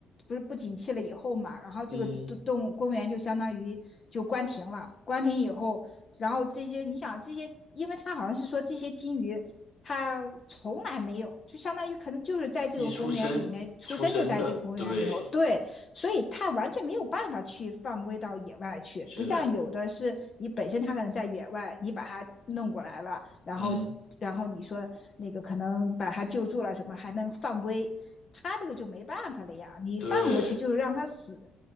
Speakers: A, on the left; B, on the left.
A: 不是不景气了以后嘛，然后这个动动物公园就相当于就关停了。
B: 嗯，
A: 关停以后，然后这些你想这些，因为它好像是说这些金鱼它从来没有，就相当于可能就是在这个公园里面出生就在这个公园里头，
B: 一出生出生的，对，
A: 对，所以它完全没有办法去放归到野外去，
B: 是的，
A: 不像有的是你本身它可能在野外，你把它弄过来了，然后然后你说那个可能把他救助了什么，
B: 嗯，
A: 还能犯规，他这个就没办法了呀，你放过去就是让他死。
B: 对。